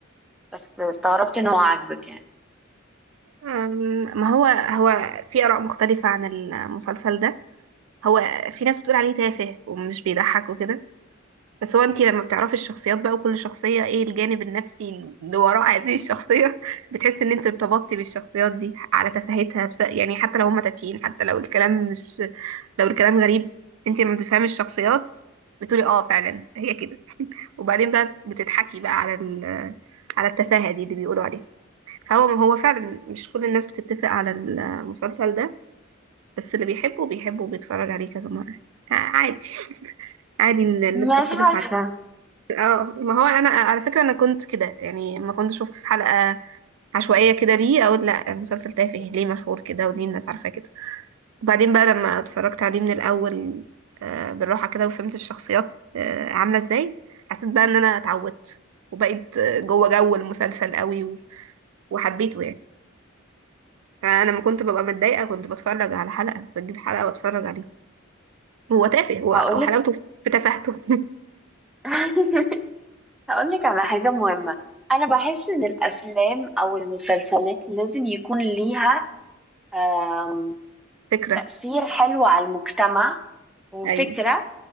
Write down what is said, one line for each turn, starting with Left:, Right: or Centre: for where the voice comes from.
Centre: بس استغربت إن هو عاجبك يعني
Right: أم، ما هو هو في اراء مختلفه عن المسلسل ده هو في ناس بتقول عليه تافه ومش بيضحك وكده بس هو انتي لما بتعرفي الشخصيات بقى وكل شخصية ايه الجانب النفسي اللي وراء هذه الشخصية <laughs> بتحسي ان انت ارتبطتي بالشخصيات دي على تفاهتها بس يعني حتى لو هما تافهين حتى لو الكلام مش لو الكلام غريب انتي لما بتفهمي الشخصيات بتقولي اه فعلا هي كده وبعدين بقى بتضحكي بقى على ال على التفاهة دي اللي بيقولوا عليها فهو هو فعلا مش كل الناس بتتفق على المسلسل ده بس اللي بيحبه بيحبه وبيتفرج عليه كذا مرة ع- عادي عادي ان الناس
Centre: مش
Right: تختلف
Centre: عارفة
Right: اه ما هو انا على فكره انا كنت كده يعني ما كنت اشوف حلقه عشوائيه كده ليه اقول لا المسلسل تافه ليه مشهور كده وليه الناس عارفاه كده وبعدين بقى لما اتفرجت عليه من الاول آه، بالراحه كده وفهمت الشخصيات آه، عامله ازاي حسيت بقى ان انا اتعودت وبقيت آه، جوه جو المسلسل قوي و- وحبيته يعني انا لما كنت ببقى متضايقه كنت بتفرج على حلقه بجيب حلقه واتفرج عليه هو تافه هو
Centre: هقولك
Right: وحلاوته في تفاهته <laughs>
Centre: <laughs> هقولك على حاجة مهمة أنا بحس إن الأفلام أو المسلسلات لازم يكون ليها آم،
Right: فكره
Centre: تأثير حلو على المجتمع وفكرة
Right: ايوه